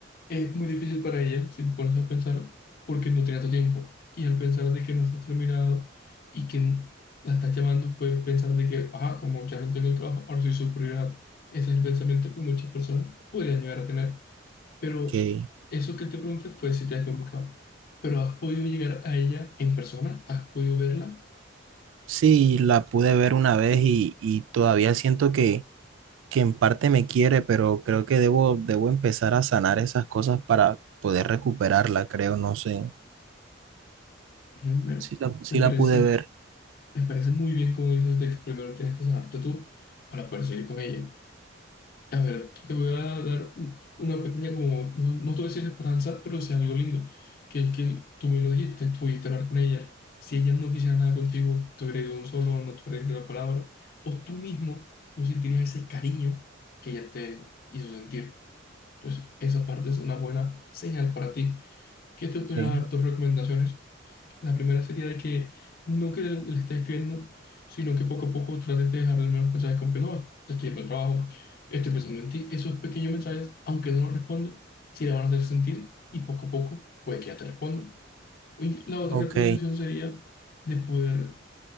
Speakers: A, on the left; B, on the right.
A: es muy difícil para ella, si te pones a pensar, porque no tiene tu tiempo. Y al pensar de que no estás terminado y que la estás llamando, puedes pensar de que, ah, como ya no tengo el trabajo, ahora soy su prioridad. Ese es el pensamiento que muchas personas podrían llegar a tener. Pero
B: Que
A: eso que te pregunté fue si te has comunicado. Pero ¿has podido llegar a ella en persona? ¿Has podido verla?
B: sí, la pude ver una vez y, y todavía siento que que en parte me quiere, pero creo que debo, debo empezar a sanar esas cosas para poder recuperarla, creo, no sé.
A: Mm, Me,
B: Sí la, sí
A: me parece,
B: la pude ver,
A: me parece muy bien como dices de que primero tienes que sanarte tú para poder seguir con ella. A ver, te voy a dar un- una pequeña como, no, no te voy a decir esperanza, pero sí algo lindo, que es que tú me lo dijiste, pudiste hablar con ella. Si ella no quisiera nada contigo, te hubiera ido un solo, no te hubiera dicho la palabra, o tú mismo no sentirías ese cariño que ella te hizo sentir. Entonces, esa parte es una buena señal para ti. ¿Qué te voy
B: sí.
A: a dar dos recomendaciones? La primera sería de que no que le, le estés escribiendo, sino que poco a poco trates de dejarle al menos mensajes como que no, te estoy yendo al trabajo, estoy pensando en ti. Esos pequeños mensajes, aunque no los responda, sí le van a hacer sentir y poco a poco puede que ya te responda. Y la otra
B: Ok,
A: recomendación sería de poder